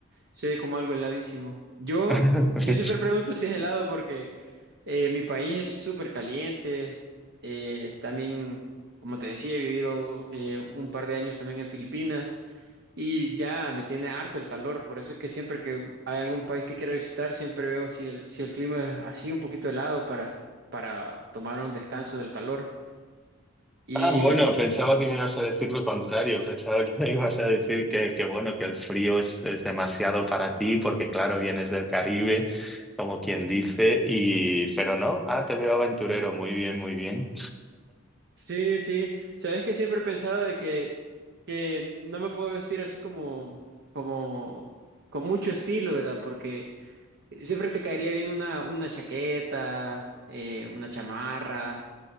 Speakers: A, on the right (about 55°); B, in the centre.
A: se oye como algo heladísimo. Yo,
B: <laughs>
A: yo siempre pregunto si es helado porque eh, mi país es súper caliente. Eh, también, como te decía, he vivido eh, un par de años también en Filipinas y ya me tiene harto el calor. Por eso es que siempre que hay algún país que quiero visitar, siempre veo si el, si el clima es así un poquito helado para, para tomar un descanso del calor. Y
B: Ah, bueno, pensaba que me ibas a decir lo contrario, pensaba que me ibas a decir que, que bueno, que el frío es, es demasiado para ti porque claro, vienes del Caribe, como quien dice, y pero no, ah, te veo aventurero, muy bien, muy bien.
A: Sí, sí. Sabes que siempre he pensado de que, que no me puedo vestir así como, como, con mucho estilo, ¿verdad? Porque siempre te caería bien una, una chaqueta, eh, una chamarra,